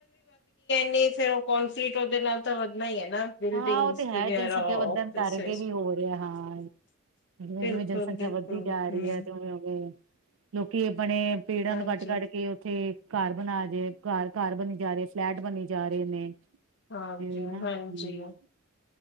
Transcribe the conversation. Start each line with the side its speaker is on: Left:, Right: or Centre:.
Left: ਨੀ ਫੇਰ ਉਹ ਕੋਂਨਫਰੀਟ ਉਹਦੇ ਨਾਲ ਤਾਂ ਵਧਣਾ ਹੀ ਨਾ ਬਿਲਡਿੰਗਸ
Right: ਹਾਂ ਉਹ ਤੇ ਹੈ
Left: ਵਗੈਰਾ
Right: ਜਨਸੰਖਿਆ
Left: ਆਫਿਸਿਸ
Right: ਵੱਧਣ ਕਰਕੇ ਵੀ ਹੋ ਰਿਹਾ ਹਾਂ ਜਿਵੇਂ
Left: ਬਿਲਕੁਲ
Right: ਜਿਵੇਂ ਜਨਸੰਖਿਆ
Left: ਬਿਲਕੁਲ
Right: ਵੱਧਦੀ ਜਾ ਰਹੀ
Left: ਹਮ
Right: ਹੈ ਤੇ ਉਵੇਂ -ਉਵੇਂ ਲੋਕੀ ਆਪਣੇ ਪੇੜਾਂ
Left: ਹਾਂਜੀ
Right: ਨੂੰ ਕੱਢ -ਕੱਢ ਕੇ ਉੱਥੇ ਘਰ ਬਣਾ ਜੇ ਘਰ -ਘਰ ਬਣੀ ਜਾ ਰਹੇ ਫਲੈਟ ਬਣੀਨੀ ਜਾ ਰਹੇ ਨੇ
Left: ਹਾਂਜੀ
Right: ਤੇ ਉਹੀ ਨਾ
Left: -ਹਾਂਜੀ
Right: ਹਮ
Left: <inaudible>